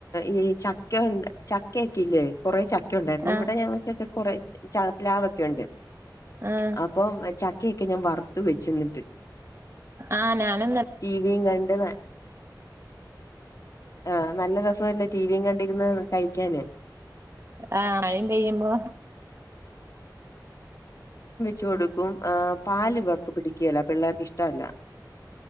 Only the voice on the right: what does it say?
ആഹ്
ആഹ്
ആ ഞാനന്ന
ആഹയും കഴിയ്യുമ്പോ